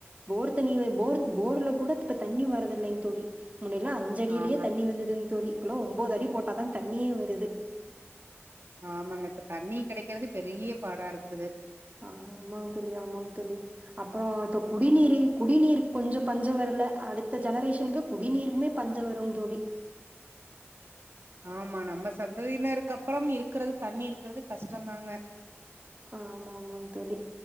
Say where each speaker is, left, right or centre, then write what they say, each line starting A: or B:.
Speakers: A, on the right; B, on the right.
A: போர் தண்ணிவே போர் போர்ல கூட இப்ப தண்ணி வரதில்லைங் தோழி முன்னெல்லா அ அஞ்ஜடிலே
B: ஆமா
A: தண்ணி வந்ததுங் தோழி இப்பலா ஒம்போது அடி போட்டாதா தண்ணியே வருது
B: ஆமாங்க இப்ப தண்ணி கெடைக்கிறது பெரிய பாடா இருக்குது
A: ஆமாங் தோழி ஆமாங் தோழி அப்றோ தொ குடிநீரில் குடிநீர் கொஞ்ச பஞ்சோ வர்ல அடுத்த ஜெனரேஷன்க்கு குடிநீருமே பஞ்சோ வரு தோழி
B: ஆமா நம்ம சந்ததினருக் அப்பறம் இருக்கறது தண்ணி இருக்குறது கஷ்டந் தாங்க
A: ஆ ஆமாங் தோழி